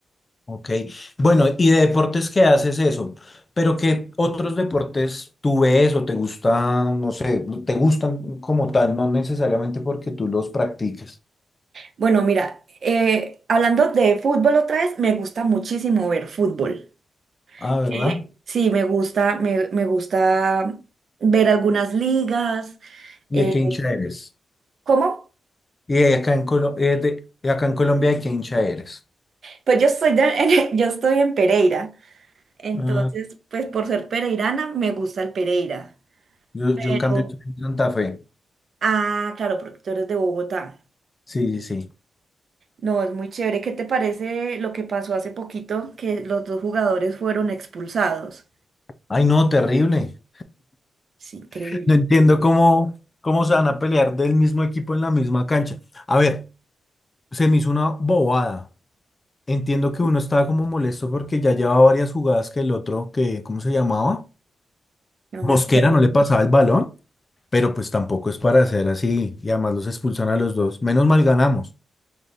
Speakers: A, on the left (about 25°); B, on the right (about 55°).
A: Ok, bueno, ¿y de deportes qué haces eso? Pero ¿qué otros deportes tú ves o te gustan, no sé, te gustan como tal, no necesariamente porque tú los practiques?
B: Bueno, mira, eh, hablando de fútbol otra vez, me gusta muchísimo ver fútbol.
A: Ah, ¿verdad?
B: Eh, sí, me gusta, me, me gusta ver algunas ligas.
A: ¿Y
B: eh,
A: de qué hincha eres?
B: ¿cómo?
A: ¿Y de acá en Colo- eh, de- de acá en Colombia de qué hincha eres?
B: Pues yo estoy, de- <laughs> yo estoy en Pereira, entonces,
A: Ah,
B: pues por ser pereirana, me gusta el Pereira.
A: yo,
B: Pero,
A: yo en cambio soy de Santa Fe.
B: ah, claro, porque tú eres de Bogotá.
A: Sí, sí, sí.
B: No, es muy chévere. ¿Qué te parece lo que pasó hace poquito, que los dos jugadores fueron expulsados?
A: Ay, no, terrible.
B: Es increíble.
A: <laughs> No entiendo cómo, cómo se van a pelear del mismo equipo en la misma cancha. A ver, se me hizo una bobada. Entiendo que uno estaba como molesto porque ya llevaba varias jugadas que el otro, que, ¿cómo se llamaba?
B: No
A: Mosquera
B: me acuerdo.
A: no le pasaba el balón, pero pues tampoco es para hacer así y además los expulsan a los dos. Menos mal ganamos.